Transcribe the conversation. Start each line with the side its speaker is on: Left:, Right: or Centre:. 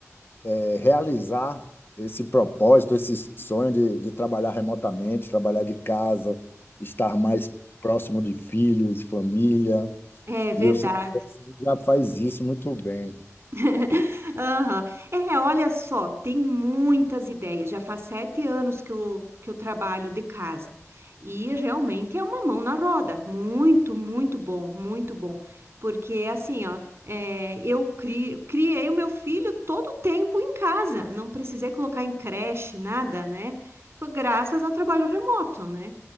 Left: é, realizar esse propósito, esse sonho de, de trabalhar remotamente, trabalhar de casa, estar mais próximo de filhos, família.
Right: É verdade.
Left: E eu sei que já faz isso muito bem.
Right: <laughs> Aham. É, olha só, tem muitas ideias. Já faz sete anos que eu, que eu trabalho de casa. E é, realmente é uma mão na roda. Muito, muito bom, muito bom. Porque assim, ó, é, eu cri- criei o meu filho todo o tempo em casa. Não precisei colocar em creche, nada, né? Foi graças ao trabalho remoto, né?